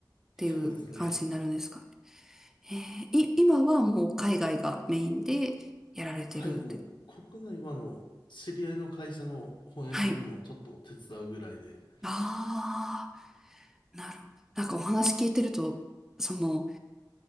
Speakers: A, in the centre; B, on the left.
A: ていう感じになるんですかね。
B: そうですね。
A: えーい、今はもう海外がメインでやられてるって。
B: はい、もう国内はあの、知り合いの会社の翻訳業務をちょっと手伝うぐらいで、
A: はい。ああ、なるほど。なんかお話聞いてると、その、